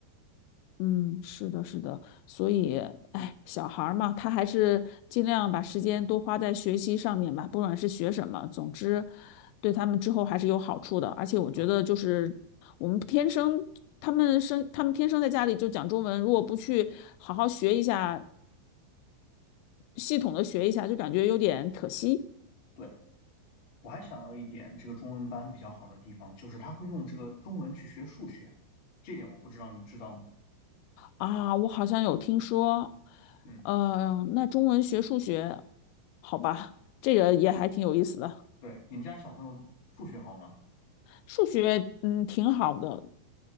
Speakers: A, on the left; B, on the left.
A: 嗯，是的，是的，所以，哎，小孩儿嘛，他还是尽量把时间多花在学习上面吧，不管是学什么，总之，对他们之后还是有好处的。而且我觉得，
B: 对
A: 就是我们天生，他们生，他们天生在家里就讲中文，如果不去好好学一下，系统的学一下，就感觉有点可惜
B: 对，我还想到一点，这个中文班比较好的地方就是他会用这个中文去学数学，这点我不知道你知道吗？
A: 啊。我好像有听说，
B: 嗯，
A: 嗯，那中文学数学，好吧，这个也还挺有意思的。
B: 对，你们家小朋友数学好吗？
A: 数学嗯挺好的，